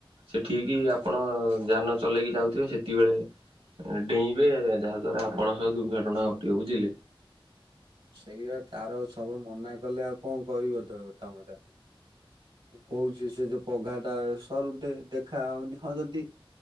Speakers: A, on the right; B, on the right.
A: ସେ
B: ହଁ।
A: ଠିକିି ଆପଣ ଯାନ ଚଲେଇକି ଯାଉଥିବେ ସେତି ବେଳେ ଡେଇଁବେ ଯାହା ଦ୍ଵାରା ଆପଣ ସହ ଦୁର୍ଘଟଣା ଘଟିବ ବୁଝିଲେ?
B: ସେଇଆ ତାର ସବୁ ମନା କଲେ ଆଉ କଁ କହିବ ତବେ ତମେ ତାକୁ। ମୁଁ କହୁଚି ସେ ଯୋଉ ପଘା ଟା ସରୁଟେ ଦେଖା ଅଉନି ହଁ ଯଦି